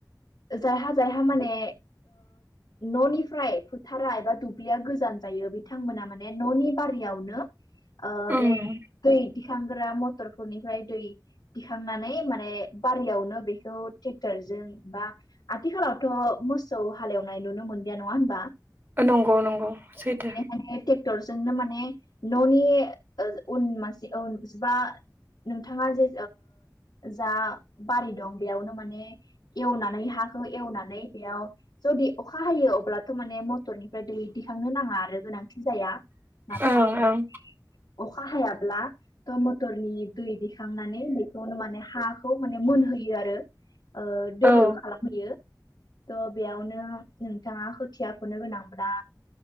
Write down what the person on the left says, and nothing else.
जायहा जायहा माने न'निफ्राय फोथारा एबा दुब्लिया गोजान जायो बिथांमोना माने न'नि बारियावनो
बे दै दिखांग्रा मटरफोरनिफ्राय दै दिखांनानै माने बारियावनो बेखौ ट्रेक्टरजों बा आथिखालावथ' मोसौ हालेवनाय नुनो मोनदिया नङा होनबा
माने ट्रेक्टरजोंनो माने न'नि उन <unintelligible> उन बा नोंथाङा जे जा बारि दं बेयावनो माने एवनानै हाखौ एवनानै बेयाव जुदि अखा हायो अब्लाथ' माने मटरनिफ्राय दै दिखांनो नाङा आरो गोनांथि जाया नाथाय
अखा हायाब्ला मटरनि दै दिखांनानै बेखौनो माने हाखौ माने मोनहोयो आरो ओ
होयो थ' बेयावनो नोंथाङा खोथिया फुनो गोनांब्ला